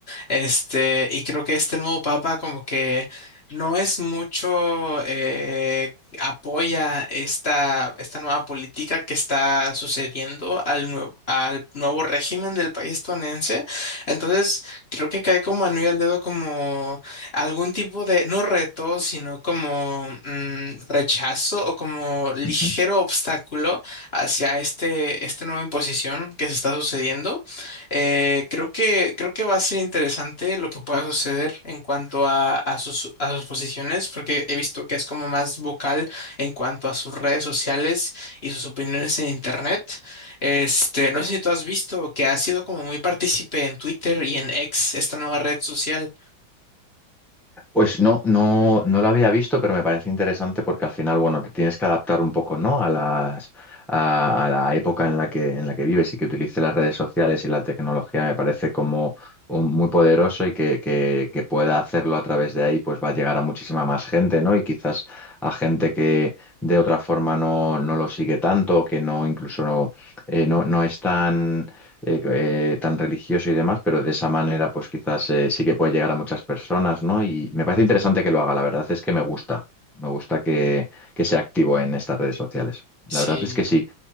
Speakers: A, on the left; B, in the centre.
A: Este, y creo que este nuevo papa como que no es mucho... eh, apoya esta, esta nueva política que está sucediendo al nuevo, al nuevo régimen del país estadounidense. Entonces, creo que cae como anillo al dedo como algún tipo de, no reto, sino como mm, rechazo o como ligero
B: Ujú.
A: obstáculo hacia este, esta nueva imposición que se está sucediendo. Eh, creo que, creo que va a ser interesante lo que pueda suceder en cuanto a, a sus, a sus posiciones, porque he visto que es como más vocal en cuanto a sus redes sociales y sus opiniones en internet. Este, no sé si tú has visto que ha sido como muy partícipe en Twitter y en X, esta nueva red social.
B: Pues no, no, no lo había visto, pero me parece interesante porque al final, bueno, te tienes que adaptar un poco, ¿no? A las, a, a la época en la que, en la que vives y que utilice las redes sociales y la tecnología me parece como un- muy poderoso y que, que, que pueda hacerlo a través de ahí, pues va a llegar a muchísima más gente, ¿no? Y quizás a gente que de otra forma no, no lo sigue tanto, que no, incluso no, eh, no, no es tan eh, eh, tan religioso y demás, pero de esa manera pues quizás eh, sí que puede llegar a muchas personas, ¿no? Y me parece interesante que lo haga, la verdad es que me gusta, me gusta que, que sea activo en estas redes sociales.
A: Sí,
B: La verdad es que sí,